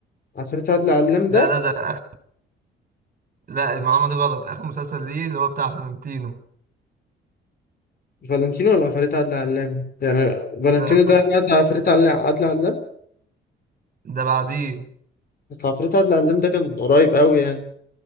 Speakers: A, on the left; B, on the right.
A: عفاريت عادل علام ده
B: لا لا ده أخ... لا المعلومه دي غلط اخر مسلسل ليه اللي هو بتاع فلنتينو
A: فالنتينو ولا عفاريت عادل علام يعني فالنتينو
B: ده ف...
A: ده بقى بتاع عفاريت عادل عادل علام
B: ده بعديه
A: بس عفاريت عادل علام ده كان قريب قوي يعني